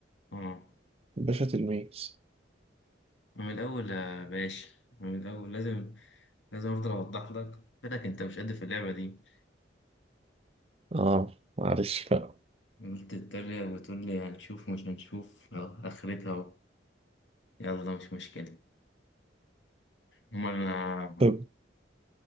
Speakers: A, on the left (about 80°); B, on the right (about 35°).
A: آه
B: باشا تلميذ
A: من الأول يا باشا من الأول لازم لازم أفضل أوضح لك قلت لك أنت مش قد في اللعبة دي
B: اه معلش بقى
A: قلت تتريق وتقول لي هنشوف مش هنشوف أهو، آخرتها أهو يلا مش مشكلة هما أنا
B: طب